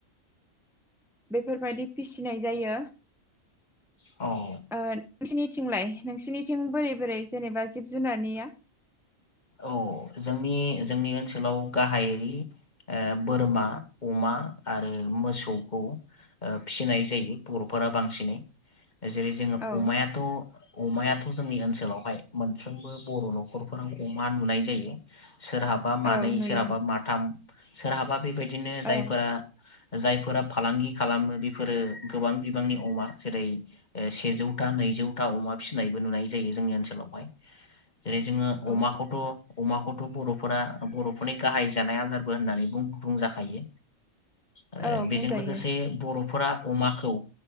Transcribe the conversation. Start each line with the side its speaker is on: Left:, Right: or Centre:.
Centre: बेफोरबायदि फिसिनाय जायो।
Left: अ।
Centre: ओ नोंसिनिथिंलाय नोंसिनिथिं बोरै बोरै जेनेबा जिब जुनारनिया
Left: औ जोंनि जोंनि ओनसोलाव गाहायै ओ बोरमा, अमा आरो मोसौखौ ओ फिसिनाय जायो बर'फोरा बांसिनै। जेरै जोङो
Centre: औ
Left: अमायाथ अमायाथ जोंनि ओनसोलावहाय मोनफ्रोमबो बर' नखरफोराव अमा नुनाय जायो। सोरहाबा मानै
Centre: औ नुयो
Left: सोरहाबा माथाम सोरहाबा बेबाय दिनो
Centre: औ
Left: जायफोरा जायफोरा फालांगि खालामो बेफोरो गोबां बिबांनि अमा जेरै ओ सेजौथा नैजौथा अमा फिसिनायबो नुनाय जायो जोंनि ओनसोलावहाय जेरै जों अमाखौथ
Centre: औ
Left: अमाखौथ बर'फोरा बर'फोरनि गाहाय जानाय आदारबो होननानै बुं-बुंजाखायो। ओ
Centre: औ
Left: बेजों
Centre: बुंजायो
Left: लोगोसे बर'फोरा अमाखौ